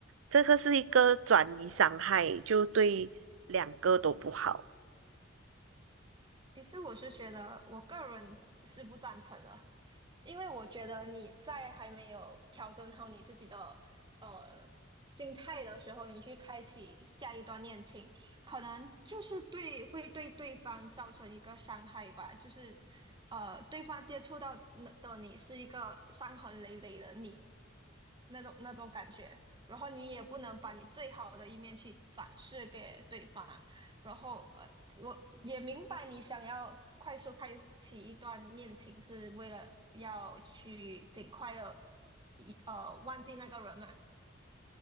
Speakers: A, on the right; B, on the right.
A: 这个是一个转移伤害，就对两个都不好？
B: 其实我是觉得我个人是不赞成的。因为我觉得你在还没有调整好你自己的呃心态的时候，你去开启下一段恋情，可能就是对会对对方造成一个伤害吧，就是呃对方接触到的的你是一个伤痕累累的你那种那种感觉，然后你也不能把你最好的一面去展示给对方，然后呃，我也明白你想要快速开启一段恋情是为了要去尽快的一呃忘记那个人嘛，